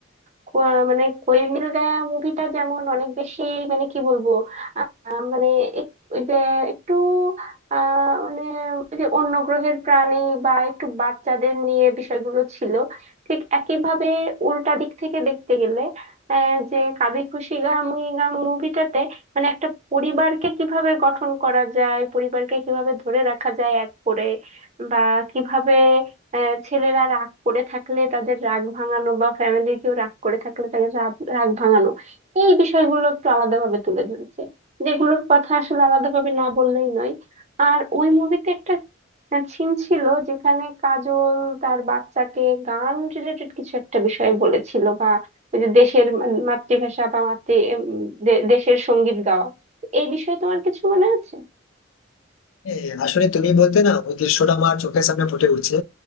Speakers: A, on the right (about 35°); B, on the left (about 80°).
A: কো- মানে কোই মিল গায়া মুভিটা যেমন অনেক বেশি মানে কি বলবো আহ, মানে এক- ওই যে একটু আহ মানে ওই যে অন্য গ্রহের প্রাণী বা একটু বাচ্চাদের নিয়ে বিষয়গুলো ছিল ঠিক একইভাবে উল্টা দিক থেকে দেখতে গেলে আহ, যে কাবি খুশি গাম উই গাম মুভিটাতে মানে একটা পরিবারকে কিভাবে গঠন করা যায় পরিবারকে কিভাবে ধরে রাখা যায় এক করে বা কিভাবে আহ, ছেলেরা রাগ করে থাকলে তাদের রাগ ভাঙানো বা ফ্যামিলির কেউ রাগ করে থাকলে তাদের রাগ রাগ ভাঙানো এই বিষয়গুলো একটু আলাদাভাবে তুলে ধরেছে যেগুলোর কথা আসলে আলাদাভাবে না বললেই নয় আর ওই মুভিতে একটা সিন ছিল যেখানে কাজল তার বাচ্চাকে গান রিলেটেড কিছু একটা বিষয়ে বলেছিল বা ওই যে দেশের মা- মাতৃভাষা বা মাতৃ উম, দে- দেশের সঙ্গীত গাওয়া এই বিষয়ে তোমার কিছু মনে আছে
B: হ্যাঁ, আসলে তুমি বলতে না ওই দৃশ্যটা আমার চোখের সামনে ফুটে উঠছে